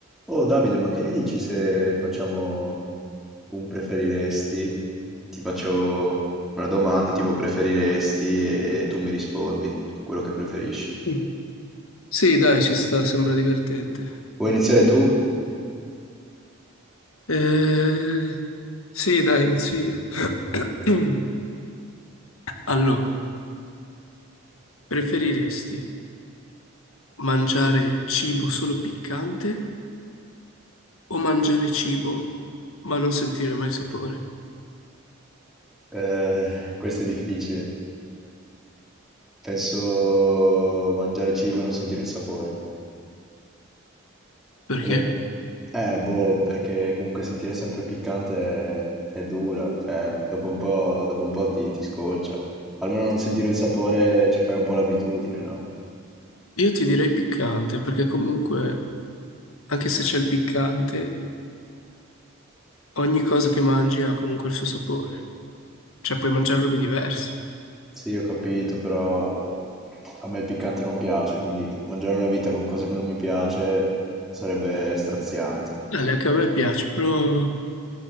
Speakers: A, in the centre; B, on the left (about 75°).
A: Oh Davide, ma che ne dici se facciamo un preferiresti? Ti faccio una domanda tipo preferiresti e tu mi rispondi quello che preferisci.
B: Mm. Sì, dai, ci sta, sembra divertente.
A: Vuoi iniziare tu?
B: Eh, Sì, dai, inizio io. <clears throat> Allora, preferiresti mangiare cibo solo piccante o mangiare cibo ma non sentire mai sapore?
A: Eh, questo è difficile. Penso mangiare cibo e non sentire il sapore.
B: Perché?
A: Però- Eh, boh, perché comunque sentire sempre piccante è, è dura, cioè dopo un po', dopo un po' ti, ti scoccia. Almeno non sentire il sapore ci fai un po' l'abitudine, no?
B: Io ti direi piccante, perché comunque, anche se c'è il piccante, ogni cosa che mangi ha comunque il suo sapore. Cioè, puoi mangiare robe diverse.
A: Sì, ho capito, però a me il piccante non piace, quindi mangiare una vita con cose che non mi piace sarebbe straziante.
B: Dai, anche a me piace, però